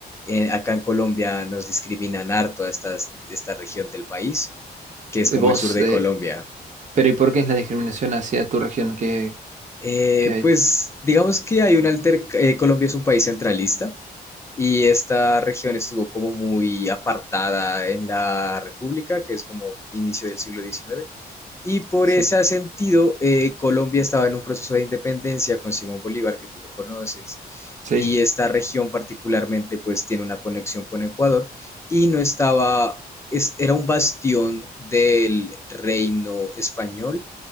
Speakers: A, on the left; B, on the right.
A: Eh, acá en Colombia nos discriminan harto a estas- esta región del país, que es
B: Eh,
A: como
B: Vos,
A: el sur de
B: eh,
A: Colombia.
B: pero ¿y por qué es la discriminación hacia tu región que,
A: Eh,
B: que hay?
A: pues digamos que hay un alter... eh, Colombia es un país centralista y esta región estuvo como muy apartada en la República, que es como inicio del siglo XIX. Y por
B: Sí,
A: ese sentido, eh, Colombia estaba en un proceso de independencia con Simón Bolívar, que tú lo conoces,
B: sí.
A: y esta región particularmente pues tiene una conexión con Ecuador y no estaba, es- era un bastión del reino español,